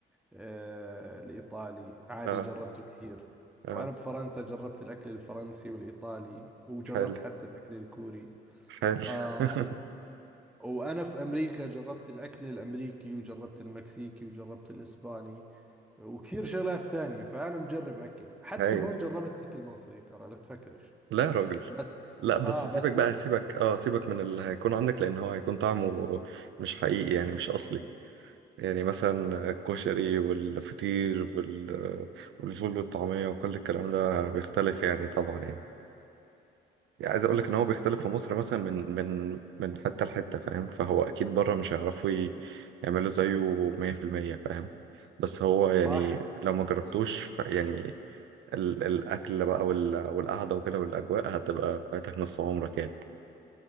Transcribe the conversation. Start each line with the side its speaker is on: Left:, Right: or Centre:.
Centre: آه الإيطالي عادي
Right: اه
Centre: جربته كثير
Right: اه
Centre: وأنا بفرنسا جربت الأكل الفرنسي والإيطالي وجربت
Right: حلو
Centre: حتى الأكل الكوري
Right: حلو
Centre: آم
Right: <laughs>
Centre: وأنا في أمريكا جربت الأكل الأمريكي وجربت المكسيكي وجربت الإسباني وكثير شغلات ثانية فأنا مجرب أكل حتى
Right: هايل
Centre: هون جربت أكل مصري ترى لا تفكرش
Right: لا يا راجل
Centre: بس
Right: لا بس
Centre: اه
Right: سيبك
Centre: بس
Right: بقى سيبك اه سيبك من اللي هيكون عندك لأن هو هيكون طعمه مش حقيقي يعني مش أصلي يعني مثلا الكشري والفطير وال... والفول والطعمية وكل الكلام ده بيختلف يعني طبعا يعني, يعني عايز اقول لك ان هو بيختلف في مصر مثلا من من من حتة لحتة فاهم فهو اكيد بره مش هيعرفوا ي- يعملوا زيه 100% فاهم بس هو يعني
Centre: صح
Right: لو ما جربتوش ف- يعني ال... الاكل بقى وال... والقعدة وكده والاجواء هتبقى فاتك نص عمرك يعني